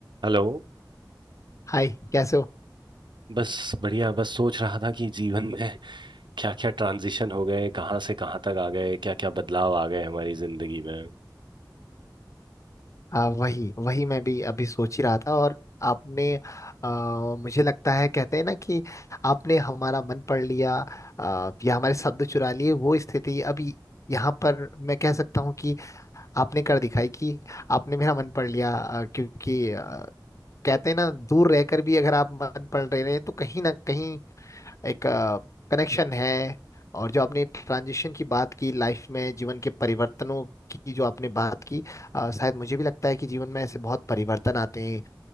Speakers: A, on the right; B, on the left.
A: हेलो
B: हाय कैसे हो
A: बस बढ़िया बस सोच रहा था कि जीवन में क्या क्या ट्रांजिशन हो गए कहाँ से कहाँ तक आ गए क्या क्या बदलाव आ गए हमारी जिंदगी में
B: आ, वही वही मैं भी अभी सोच ही रहा था और आपने आ, मुझे लगता है कहते हैं ना कि आपने हमारा मन पढ़ लिया आ, या हमारे शब्द चुरा लिए वो स्थिति अभी यहाँ पर मैं कह सकता हूँ कि आपने कर दिखाई कि आपने मेरा मन पढ़ लिया आ, क्योंकि आ, कहते हैं ना दूर रहकर भी अगर आप मन पढ़ रहे हैं तो कहीं ना कहीं एक कनेक्शन है और जो आपने ट्रांजिशन की बात की लाइफ में जीवन के परिवर्तनों की जो आपने बात की अ, शायद मुझे भी लगता है कि जीवन में ऐसे बहुत परिवर्तन आते हैं